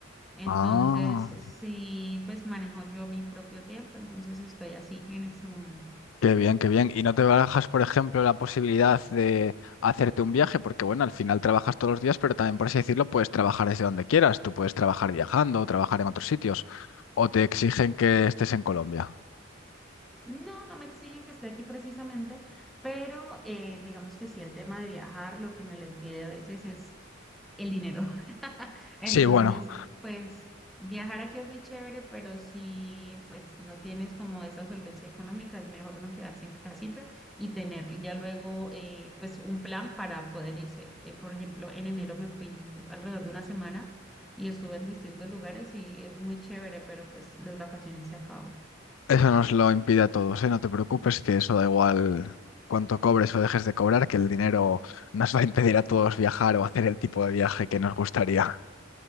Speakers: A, in the centre; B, on the left (about 80°).
A: Entonces,
B: Ah.
A: sí, pues manejo yo mi propio tiempo, entonces estoy así en este momento.
B: Qué bien, qué bien. ¿Y no te barajas, por ejemplo, la posibilidad de hacerte un viaje? Porque bueno, al final trabajas todos los días, pero también, por así decirlo, puedes trabajar desde donde quieras. Tú puedes trabajar viajando, trabajar en otros sitios, o te exigen que estés en Colombia.
A: No, no me exigen que esté aquí precisamente, pero eh, digamos que sí, el tema de viajar, lo que me lo impide a veces es el dinero. <laughs> Entonces,
B: Sí, bueno,
A: pues viajar aquí es muy chévere, pero si pues no tienes como esa solvencia económica, es mejor uno quedarse en casita y tener ya luego eh, pues un plan para poder irse. Eh, por ejemplo, en enero me fui alrededor de una semana y estuve en distintos lugares y es muy chévere, pero pues las vacaciones se acaban
B: eso nos lo impide a todos, ¿eh? No te preocupes, que eso da igual cuánto cobres o dejes de cobrar, que el dinero nos va a impedir a todos viajar o hacer el tipo de viaje que nos gustaría.